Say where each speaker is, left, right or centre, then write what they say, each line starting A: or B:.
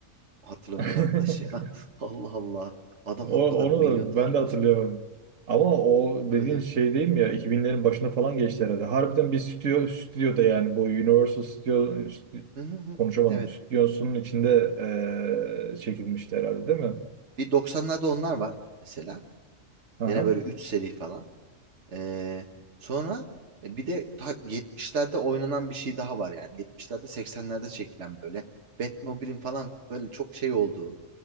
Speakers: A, on the right (about 60°); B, on the right (about 75°).
A: hatırlamıyoruz
B: <laughs>
A: arkadaş ya? <laughs> Allah Allah. Adamlar
B: O,
A: o kadar
B: onu
A: milyon
B: da
A: dolarlık
B: ben de hatırlayamadım.
A: iş yapıyor.
B: Ama o dediğin
A: Evet evet.
B: şey değil mi ya? 2000'lerin başına falan geçti herhalde. Harbiden bir stüdyo, stüdyoda yani bu Universal Studio, stü-
A: Hı hı hı.
B: konuşamadım.
A: Evet.
B: Stüdyosunun içinde eee, çekilmişti herhalde değil mi?
A: Bir 90'larda onlar var mesela.
B: Aha.
A: Gene böyle 3 seri falan. Ee, sonra e, bir de ta 70'lerde oynanan bir şey daha var yani. 70'lerde 80'lerde çekilen böyle Batmobile'in falan böyle çok şey olduğu